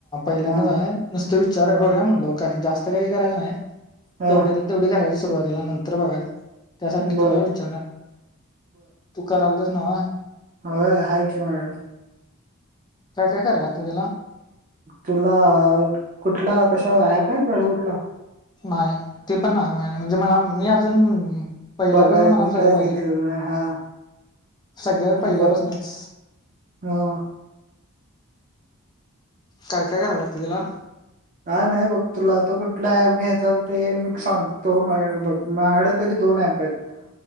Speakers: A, on the left; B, on the right.
A: पहिल्यांदाच
B: हा
A: हाय, नुसत विचारावं
B: हा
A: बघ्याव म्हटलो का जास्त काही करायच नाही
B: हा
A: तेवढ्यातलं तेवढं करायचं सुरुवातीला नंतर बघायचं त्यासाठी
B: बर
A: तुला विचारलं, तू करालतस न्हव?
B: हो हाय की मायाड
A: काय काय कराय लागते त्याला?
B: तुला कुठला कशा ऍप आहे तुयाड कुठला?
A: नाही, ते पण नाही मायाड म्हणजे मला, मी अज जून पहिल्यापासन
B: बघाय
A: मना सगळं
B: कायच
A: पाहिजे.
B: घेतलेलं नाही हा
A: सगळ्यात पहिल्या
B: बर
A: पासनच
B: हा
A: काय काय कराय लागते त्याला?
B: काय नाही बघ, तुला आता कुठला ऍप घ्यायचा ते मी सांगतो माय बघ मायाड तरी दोन ऍप आहेत,